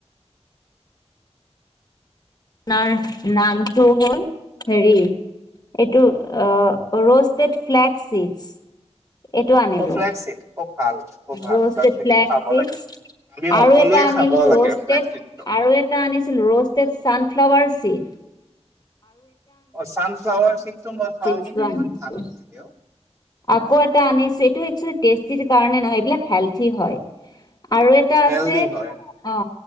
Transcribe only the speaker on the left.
আপোনাৰ নামটো হ'ল হেৰি এইটো অ ৰুষ্টেড ফ্লেকচ চিডছ এইটো আনিলো
ৰুষ্টেড
ফ্লেকচ
চিডছ
আৰু এটা আনিলো
ৰুষ্টপেড
আৰু এটা এটা আনিছিলো ৰুষ্টেড চানফ্লাৱাৰ চিডছ
চিপছটো
আনিছো
আকৌ এটা আনিছো এইটো এক্সোৱেলি টেষ্টিৰ কাৰণে নহয় এইবিলাক হেল্ডী হয় আৰু আৰু এটা
আছে
অ